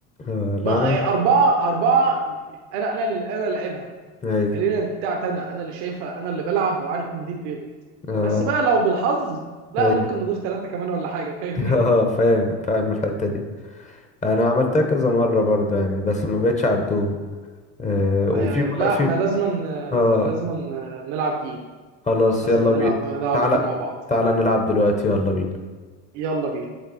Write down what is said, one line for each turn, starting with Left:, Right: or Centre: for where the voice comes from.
Left: آه لا
Right: ما
Left: انا
Right: أي اربعه اربعه انا انا اللي انا لعبها
Left: ايوه
Right: الريلنت بتاعتي انا انا اللي شايفها انا اللي بلعب وعارف ان دي الريلنت
Left: اه
Right: بس بقى لو بالحظ لا
Left: ايوه
Right: ممكن نضيف ثلاثه كمان ولا حاجه فاهمني
Left: <laughs> اه فاهم فاهم الحته دي انا عملتها كذا مره برضو يعني بس ما بقتش اعدهم آه وفي
Right: ايوه ايوه
Left: مر-
Right: لا
Left: في
Right: احنا لازما آه،
Left: اه
Right: لازما آه، نلعب جيم
Left: خلاص
Right: لازما
Left: يلا
Right: نلعب
Left: بينا
Right: نلعب
Left: تعالى
Right: جيم مع بعض
Left: تعالى نلعب دلوقتي يلا بينا
Right: يلا بينا